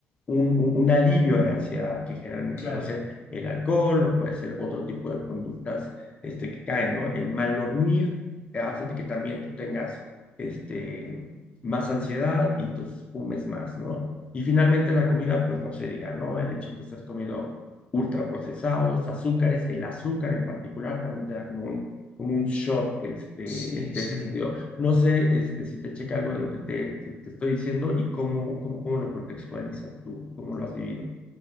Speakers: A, on the left; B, on the left.
A: un, un- un alivio a la ansiedad, que generalmente
B: claro,
A: puede ser el alcohol o puede ser otro tipo de conductas este, que caen, ¿no? El mal dormir eh, hace que también tú tengas este, más ansiedad y entonces fumes más, ¿no? Y finalmente la comida, pues no se diga, ¿no? El hecho que estás comiendo ultraprocesados, azúcares, el azúcar en particular también te da como un, como un shot este,
B: sí,
A: de
B: sí.
A: ese sentido. No sé este, si te checa algo de lo que te, te, te estoy diciendo y cómo, cómo, cómo lo contextualizas tú, cómo lo has vivido.